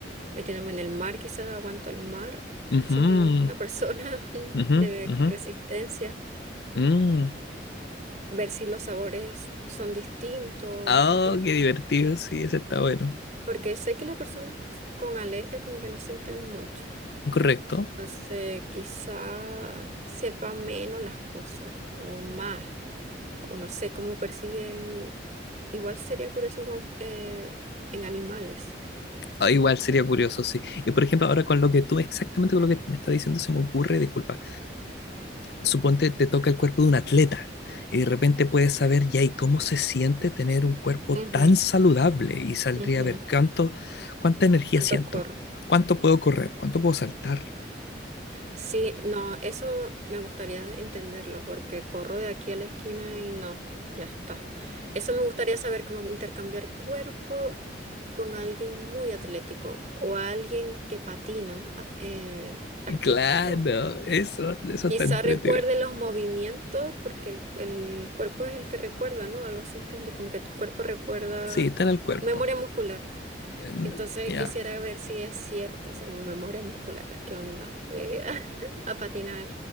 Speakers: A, on the right; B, on the left.
A: metiéndome en el mar, quizás aguanto el mar,
B: Ujú,
A: si
B: ujú,
A: es un- una persona <laughs>
B: ujú,
A: de
B: ujú,
A: resistencia,
B: mm.
A: ver si los sabores son distintos,
B: Ah,
A: si tienen
B: qué divertido, sí, ese está bueno.
A: Porque sé que las personas c- con alergia como que no sienten mucho.
B: Correcto.
A: Se- quizá sepan menos las cosas o más, o no sé cómo perciben. el- Igual sería curioso como eh, en animales.
B: Ah, Igual sería curioso, sí. Y por ejemplo, ahora con lo que tú, exactamente con lo que me está diciendo, se me ocurre, disculpa, suponte te toca el cuerpo de un atleta y de repente puedes saber ya y cómo se siente tener un cuerpo
A: Ujú,
B: tan saludable y saldría
A: ujú.
B: a ver cuánto, cuánta energía
A: ¿Cuánto
B: siento,
A: corro?
B: cuánto puedo correr, cuánto puedo saltar.
A: Sí, no, eso me gustaría entenderlo porque corro de aquí a la esquina y no, ya está. Eso me gustaría saber cómo intercambiar cuerpo con alguien muy atlético o alguien que patina a- eh, artístico.
B: Claro, eso, eso
A: Quizá
B: está entretenido.
A: recuerde los movimientos porque el, el cuerpo es el que recuerda, ¿no? Algo así entendí, como que el cuerpo recuerda
B: Sí, está en el cuerpo.
A: memoria muscular.
B: Eh,
A: Entonces
B: Ya.
A: quisiera ver si es cierto, así como memoria muscular, ¿qué onda? Eh, <laughs> a patinar.